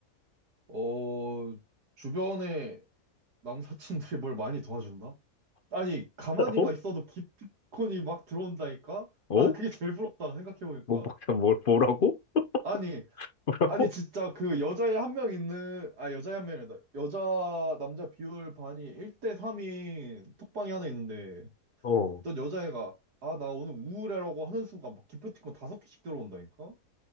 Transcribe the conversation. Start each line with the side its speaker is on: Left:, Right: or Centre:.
Right: 어, 주변에 남사친들이 뭘 많이 도와준다? 아니, 가만히만
Left: 어?
Right: 있어도 기프티콘이 막 들어온다니까?
Left: 어?
Right: 아, 나 그게 제일 부럽다, 생각해보니까.
Left: 뭐, 막 뭐- 뭐라고?
Right: 아니,
Left: <laughs> 뭐라고?
Right: 아니, 진짜 그 여자애 한 명 있는, 아, 여자애 한 명이다. 여자, 남자 비율 반이 1대 3인 톡방이 하나 있는데,
Left: 어.
Right: 어떤 여자애가, 아, 나 오늘 우울해라고 하는 순간 막 기프티콘 다섯 개씩 들어온다니까?